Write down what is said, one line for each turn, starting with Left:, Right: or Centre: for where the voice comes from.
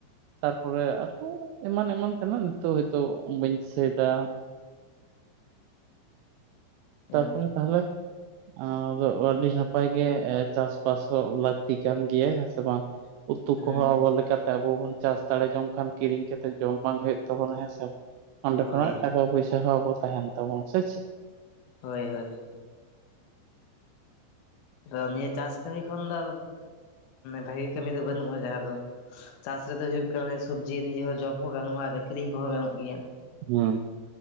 Right: ᱛᱟᱨᱯᱚᱨᱮ ᱟᱨᱦᱚᱸ ᱮᱢᱟᱱ ᱮᱢᱟᱱ ᱛᱮᱱᱟᱜ ᱱᱤᱛᱚᱜ ᱦᱭᱛᱳ ᱵᱟᱹᱧ ᱫᱤᱥᱟᱹᱭᱫᱟ ᱛᱟᱨᱯᱚᱨᱮ
Left: ᱚ
Right: ᱛᱟᱦᱞᱮ ᱟᱫᱚ ᱟᱹᱰᱤ ᱱᱟᱯᱟᱭ ᱜᱮ ᱪᱟᱥᱵᱟᱥ ᱦᱚᱸ ᱞᱟᱹᱠᱛᱤ ᱠᱟᱱ ᱜᱮᱭᱟ ᱦᱮᱸ ᱥᱮ ᱵᱟᱝ? ᱩᱛᱩ
Left: ᱦᱩᱸ
Right: ᱠᱚᱦ
Left: ᱦᱩᱸ
Right: ᱟᱵᱚ ᱞᱮᱠᱟᱛᱮ ᱟᱵᱚ ᱵᱚᱱ ᱪᱟᱥ ᱫᱟᱲᱮ ᱡᱚᱝ ᱠᱷᱟᱱ ᱠᱤᱨᱤᱧ ᱠᱟᱛᱮᱫ ᱡᱚᱢ ᱵᱟᱝ ᱦᱩᱭᱩᱜ ᱛᱟᱵᱚᱱᱟ ᱦᱮᱸ ᱥᱮ ᱵᱟᱝ? ᱚᱸᱰᱮ
Left: ᱦᱳᱭ
Right: ᱠᱷᱚᱱᱟᱜ ᱴᱟᱠᱟ ᱯᱚᱭᱥᱟ ᱦᱚᱸ ᱟᱵᱚ ᱛᱟᱦᱮᱱ ᱛᱟᱵᱚᱱᱟ ᱥᱮ ᱪᱮᱫ?
Left: ᱦᱳᱭ ᱦᱳᱭ, ᱟᱫᱚ ᱱᱤᱭᱟᱹ ᱪᱟᱥ ᱠᱟᱹᱢᱤ ᱠᱷᱚᱱ ᱫᱚ ᱵᱷᱟᱜᱤ ᱠᱟᱹᱢᱤ ᱫᱚ ᱵᱟᱹᱱᱩᱜᱼᱟ ᱡᱟᱦᱟᱸ ᱫᱚ ᱪᱟᱥ ᱨᱮᱫᱚ ᱦᱩᱭᱩᱜ ᱠᱟᱱᱟ ᱥᱚᱵᱡᱤ ᱱᱤᱡᱮ ᱡᱚᱢ ᱦᱚᱸ ᱜᱟᱱᱚᱜᱼᱟ, ᱟᱨ ᱟᱠᱠᱷᱨᱤᱤᱧ ᱠᱚᱦᱚᱸ ᱜᱟᱱᱚᱜ ᱜᱮᱭᱟ ᱾
Right: ᱦᱮᱸ,